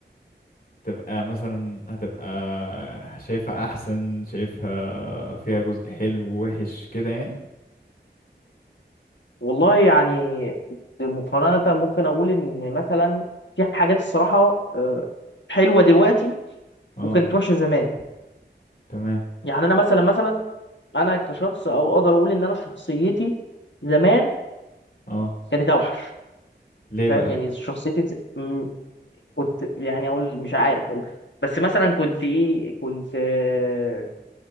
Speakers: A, on the left; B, on the left.
A: تبقى مثلا هتبقى شايفها أحسن شايفها فيها جزء حلو ووحش كده يعني
B: والله يعني مقارنة ممكن أقول إن مثلا في حاجات الصراحة آه، حلوة دلوقتي
A: اه
B: وكانت وحشة زمان
A: تمام
B: يعني أنا مثلا مثلا أنا كشخص أو أقدر أقول إن أنا شخصيتي زمان
A: اه
B: كانت أوحش
A: ليه
B: فاهم
A: بقى
B: يعني شخصيتي ز- م- كنت يعني أقول مش عارف والله بس مثلا كنت إيه كنت آه،